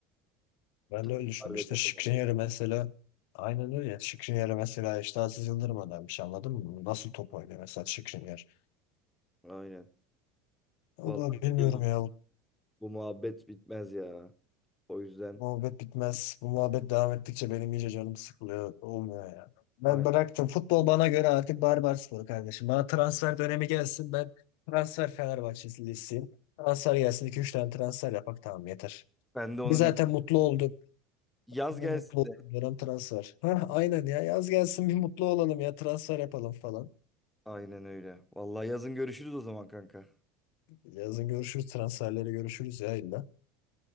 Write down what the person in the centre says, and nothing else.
Taraftar
ve
takım
olarak.
Aynen.
Vallahi
bilmiyorum.
bu muhabbet bitmez ya. O yüzden
aynen.
Ben de onu
değil.
Yaz
gelsin
de.
Aynen öyle. Vallahi yazın görüşürüz o zaman kanka.